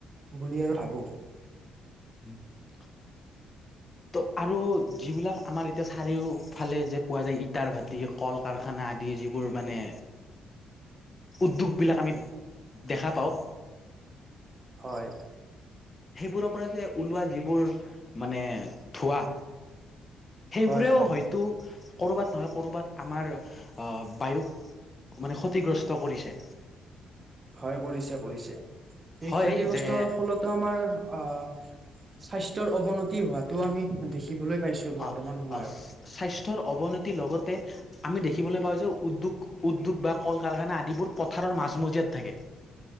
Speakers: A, on the right; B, on the left.
A: বুলি আৰু ভাবোঁ‌।
B: <inaudible> ত' আৰু যিবিলাক আমাৰ এতিয়া চাৰিওফালে যে পোৱা যায় ইটাৰ ভাটি কল কাৰখানা আদি যিবোৰ মানে উদ্যোগ বিলাক আমি দেখা পাওঁ।
A: হয়।
B: সেইবোৰৰ পৰা যে ওলোৱা যিবোৰ মানে ধোৱাঁ। সেইবোৰেও
A: হয় হয়
B: হয়তো ক'ৰবাত নহয় ক'ৰবাত আমাৰ আ, বায়ুক মানে ক্ষতিগ্ৰস্ত কৰিছে।
A: হয় কৰিছে কৰিছে, সেই
B: হয়
A: ক্ষতি
B: যে
A: গ্ৰস্তৰ ফলতে আমাৰ অ' স্বাস্থ্যৰ অৱনতি হোৱাতোও আমি দেখিবলৈ পাইছো। বৰ্তমান
B: অ',
A: সময়ত
B: অ', স্বাস্থ্যৰ অৱনতিৰ লগতে আমি দেখিবলৈ পাওঁ যে উদ্যোগ উদ্যোগ বা কল কাৰখানা আদিবোৰ পথাৰৰ মাজমজিয়াত থাকে,